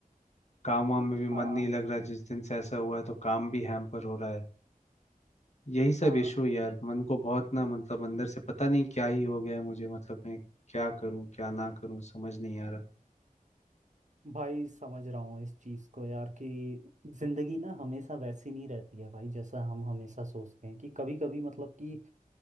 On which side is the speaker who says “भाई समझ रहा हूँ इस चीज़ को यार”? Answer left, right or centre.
Right